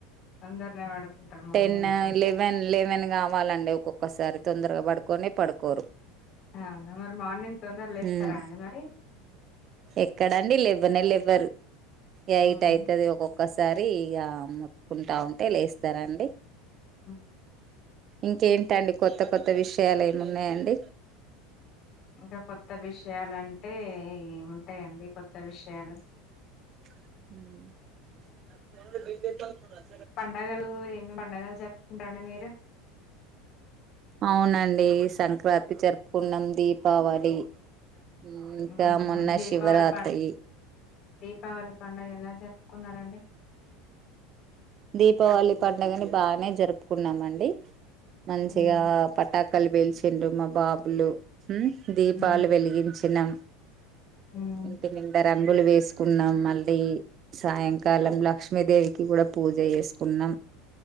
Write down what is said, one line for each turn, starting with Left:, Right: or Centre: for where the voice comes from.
Left: తొందరనే పడుకుంటారు మా
Right: టెన్
Left: వాళ్ళు తొందర
Right: లెవెన్ లెవెన్ కావాలండి ఒక్కొక్కసారి తొందరగా పడుకొనే పడుకోరు
Left: అవునా మరి మార్నింగ్ తొందరగ లేస్తారా
Right: ఉమ్
Left: అండి మరి
Right: ఎక్కడండి లేవనే లే్వరు ఎయిట్
Left: ఉమ్
Right: అయితుది ఒక్కొక్కసారి ఇక మతుకుంటా ఉంటే లేస్తారండి
Left: ఆ
Right: ఇంకేంటండి కొత్త కొత్త విషయాలు ఏమి ఉన్నాయండి
Left: ఇంకా కొత్త విషయాలుంటే ఏముంటాయండి కొత్త విషయాలు
Right: హ్మ్
Left: పడుగలు ఏమేమి పండగలు జరుపుకుంటాండి మీరు
Right: అవునండి సంక్రాంతి జరుపుకున్నాం దీపావళి హ్మ్ ఇంకా
Left: మ్మ్
Right: మొన్న
Left: దీపావళి
Right: శివరాత్రి
Left: ప దీపావళి పండుగ ఎలా జరుపుకున్నారండి
Right: దీపావళి పండుగని బాగానే జరుపుకున్నామ అండి మంచిగా
Left: మ్మ్
Right: పటాక్ క్కల్ పెల్చిండ్రు మా బాబులు దీపాలు
Left: మ్మ్
Right: వెలిగించినం
Left: మ్మ్
Right: ఇంటి ముందరం ముగ్గులు వేసుకున్నాం మళ్ళీ సాయంకాలం లక్ష్మీదేవికి కూడా పూజ చేసుకున్నాం